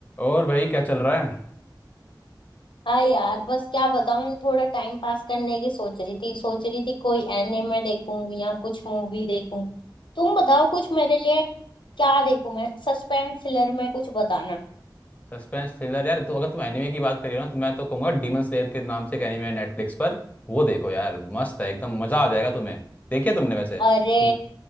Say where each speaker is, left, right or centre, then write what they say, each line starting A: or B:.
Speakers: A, on the left (about 20°); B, on the left (about 80°).
A: और भाई क्या चल रहा है
B: हाँ यार बस क्या बताऊँ थोड़ा टाइम पास करने की सोच रही थी सोच रही थी कोई एनिमे देखूं या कुछ मूवी देखूं तुम बताओ कुछ मेरे लिए क्या देखूं मैं सस्पेंस थ्रिलर में कुछ बताना
A: सस्पेंस थ्रिलर यार तो अगर तुम एनिमे की बात करिए ना तो मैं तो कहूंगा डीमन स्लेयर के नाम से एक एनिमे है नेटफ्लिक्स पर वो देखो यार मस्त है एकदम मजा आ जाएगा तुम्हें देखिए तुमने वैसे
B: अरे
A: तुम